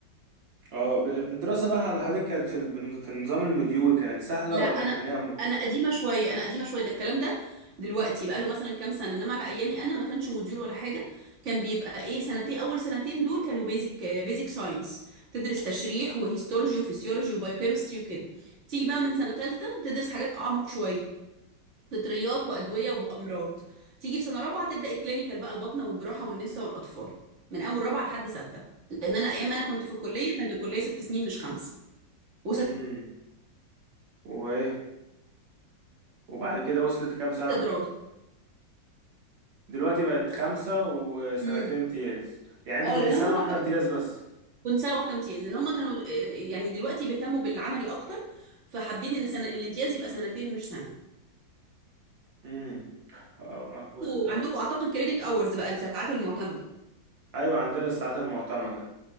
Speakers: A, on the right; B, on the right.
A: آه، ب- الدراسة بقى على حضرتك كانت في ال- في نظام المديول كانت سهلة
B: لا
A: ولا
B: انا
A: كان ليها م...
B: انا قديمه شويه انا قديمه شويه ده الكلام ده دلوقتي بقى له مثلا كام سنه انما على ايامي انا ما كانش موديول ولا حاجه كان بيبقى ايه سنتين اول سنتين دول كانوا بيزك بيزك ساينس تدرس تشريح وهيستولوجي وفسيولوجي وبايوكيمستري وكده تيجي بقى من سنه ثالثه تدرس حاجات اعمق شويه فطريات وادويه
A: اه
B: وامراض تيجي في سنه رابعه تبدا الكلينيكال بقى الباطنه والجراحه والنساء والاطفال من اول رابعه لحد سته لان انا ايام ما
A: اه
B: انا كنت في الكليه كانت الكليه ست سنين مش خمس وست
A: امم وايه وبعد كده وصلت كام سنة
B: دراسه
A: دلوقتي بقت خمسة وسنتين
B: امم
A: امتياز يعني انت
B: اه
A: كنت
B: لان
A: سنة
B: هم
A: واحدة
B: دلوقتي
A: امتياز بس
B: كنت سنه واحده امتياز لان هم كانوا آه، يعني دلوقتي بيهتموا بالعملي اكتر فحابين ان سنة الامتياز يبقى سنتين مش سنه
A: امم آه، آه، وال...
B: وعندكم اعتقد كريدت اورز بقى الساعات المعتمده
A: ايوه عندنا الساعات المعتمدة